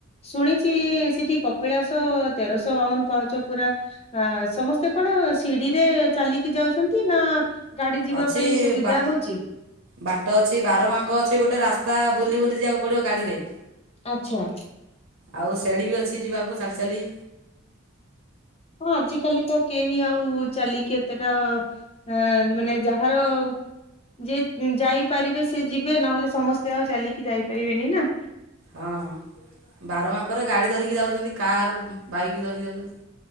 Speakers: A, on the left (about 30°); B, on the right (about 65°).
A: ଶୁଣିଛିି ସେଠି କପିଳାସ ତେରଶହ ବାଉନ ପାହାଚ ପୁରା। ଆ ସମସ୍ତେ କଣ ଶିଡିିରେ ଚାଲିକି ଯାଉଛନ୍ତି ନା? ଗାଡି ଯିବା
B: ଅଛି
A: ପାଇଁ ସୁବିଧା
B: ବା
A: ହଉଛି।
B: ବାଟ ଅଛି ବାର ବାଙ୍କ ଅଛି ଗୋଟେ ରାସ୍ତା ବୁଲି ବୁଲି ଯିବାକୁ ପଡିବ ଗାଡିରେ।
A: ଆଚ୍ଛା।
B: ଆଉ ସେଡ଼ି ବି ଅଛି ଯିବାକୁ ଚାଲି ଚାଲି।
A: ହଁ ଆଜିିକାଲି ତ କେହି ଆଉ ଚାଲିକି ଏତେଟା ଏଁ ମାନେ ଯାହାର ଯିଏ ଯାଇପାରିବେ ସେ ଯିବେ ନହେଲେ ସମସ୍ତେ ଆଉ ଚାଲିକି ଯାଇପାରିବେନି ନାଁ।
B: ହଁ ବାର ବାଙ୍କର ଗାଡ଼ି ଧରିକି ଯାଉଚନ୍ତି କାର୍ ବାଇକ୍ ଧରି ଯାଉଚନ୍ତି।